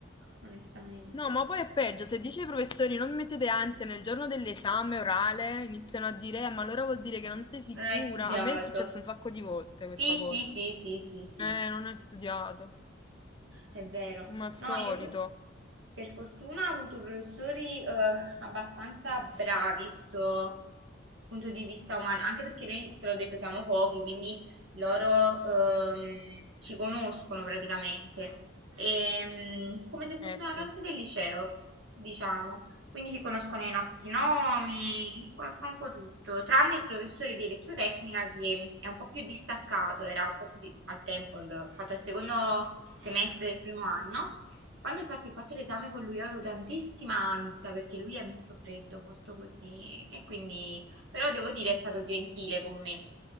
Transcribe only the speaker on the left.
No, ma poi è peggio. Se dice ai professori non mi mettete ansia nel giorno dell'esame orale, iniziano a dire, "Eh, ma allora vuol dire che non sei sicura.
A me è successo un sacco di volte questa
cosa.
Eh, non hai studiato,
ma al solito.
Eh sì,